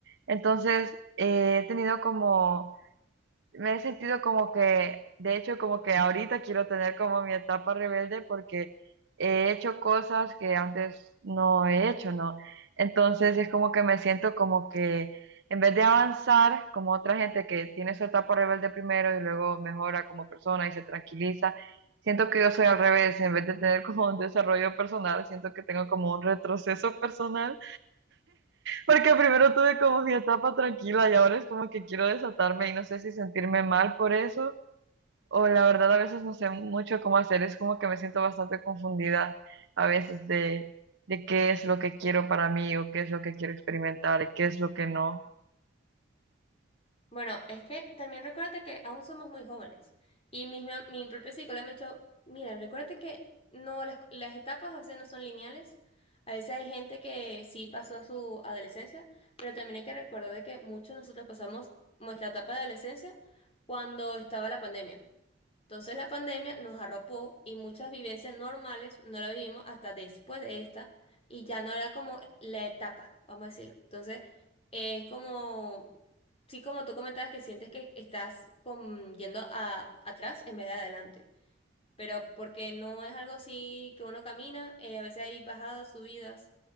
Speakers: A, on the right; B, on the left.
A: Entonces, eh, he tenido como me he sentido como que, de hecho, como que ahorita quiero tener como mi etapa rebelde porque he hecho cosas que antes no he hecho, ¿no? Entonces es como que me siento como que en vez de avanzar como otra gente que tiene su etapa rebelde primero y luego mejora como persona y se tranquiliza, siento que yo soy al revés, en vez de tener como un desarrollo personal, siento que tengo como un retroceso personal porque primero tuve como mi etapa tranquila y ahora es como que quiero desatarme y no sé si sentirme mal por eso o la verdad a veces no sé mucho cómo hacer, es como que me siento bastante confundida a veces de, de qué es lo que quiero para mí o qué es lo que quiero experimentar y qué es lo que no.
B: Bueno, es que también recuérdate que aún somos muy jóvenes. Y mi, mi propio psicólogo me ha dicho, mira, recuérdate que no, las, las etapas a veces no son lineales. A veces hay gente que sí pasó su adolescencia, pero también hay que recordar de que muchos de nosotros pasamos nuestra etapa de adolescencia cuando estaba la pandemia. Entonces la pandemia nos arropó y muchas vivencias normales no las vivimos hasta después de esta y ya no era como la etapa, vamos a decirlo. Entonces es como... Sí, como tú comentabas que sientes que estás con- yendo a, atrás en vez de adelante, pero porque no es algo así que uno camina, eh, a veces hay bajadas, subidas,